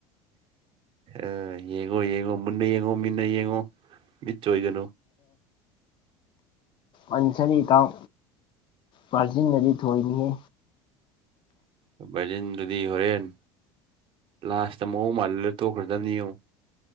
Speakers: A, on the right; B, on the left.
A: ꯑ ꯌꯦꯡꯉꯣ ꯌꯦꯡꯉꯣ ꯃꯨꯟꯅ ꯌꯦꯡꯉꯣ ꯃꯤꯟꯅ ꯌꯦꯡꯉꯣ ꯃꯤꯠ ꯆꯣꯏꯒꯅꯨ
B: ꯑꯅꯤ ꯁꯔꯤ ꯏꯇꯥꯎ ꯕꯔꯥꯖꯤꯟꯅꯗꯤ ꯊꯣꯏꯅꯤꯌꯦ
A: ꯥꯕꯔꯖꯤꯟ ꯗꯨꯗꯤ ꯍꯣꯔꯦꯟ ꯂꯥꯁ ꯇ ꯃꯑꯣꯡ ꯃꯥꯜꯍꯜꯂꯒ ꯊꯣꯛꯈꯔꯗꯅꯤ ꯌꯦꯡꯑꯣ